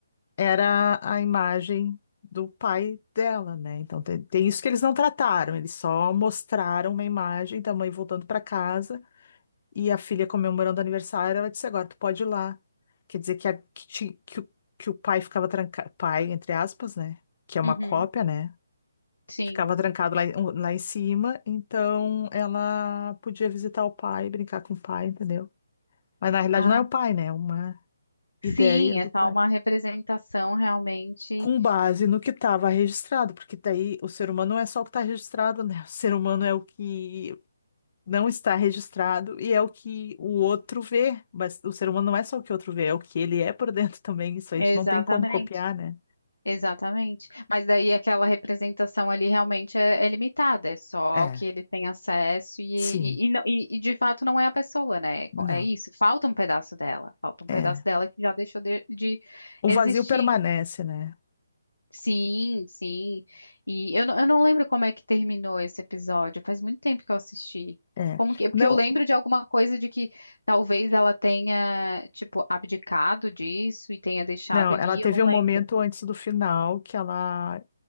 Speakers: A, on the left (about 45°); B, on the left (about 90°).
A: era a imagem do pai dela, né? Então tem, tem isso que eles não trataram, eles só mostraram uma imagem da mãe voltando para casa e a filha comemorando o aniversário. Ela disse: Agora tu pode ir lá. Quer dizer que, a- que, ti- que o que o pai ficava trancado, pai, entre aspas, né? Que é uma
B: Uhum,
A: cópia, né?
B: sim.
A: Ficava trancado lá, em- lá em cima, então ela podia visitar o pai, brincar com o pai, entendeu? Mas na realidade
B: Ah,
A: não é o pai, né? É uma ideia
B: sim,
A: do
B: é só
A: pai.
B: uma representação realmente.
A: Com base no que estava registrado, porque daí o ser humano não é só o que está registrado, né? O ser humano é o que não está registrado e é o que o outro vê. Mas o ser humano não é só o que o outro vê, é o que ele é por <laughs> dentro também. Isso aí
B: Exatamente,
A: tu não tem como copiar, né?
B: exatamente. Mas daí aquela representação ali realmente é, é limitada, é só
A: É. É.
B: o que ele tem acesso e,
A: Sim.
B: e, e, não- e- e de fato não é a pessoa, né?
A: Não.
B: É isso, falta um pedaço dela, falta um
A: É.
B: pedaço dela que já deixou de de
A: O
B: existir.
A: vazio permanece, né?
B: Sim, sim. E eu, não- eu não lembro como é que terminou esse episódio. Faz muito tempo que eu assisti.
A: É.
B: Como que, porque
A: Não,
B: eu lembro de alguma coisa de que talvez ela tenha, tipo, abdicado disso e tenha deixado
A: não,
B: ele,
A: ela teve
B: eu não
A: um
B: lembro.
A: momento antes do final que ela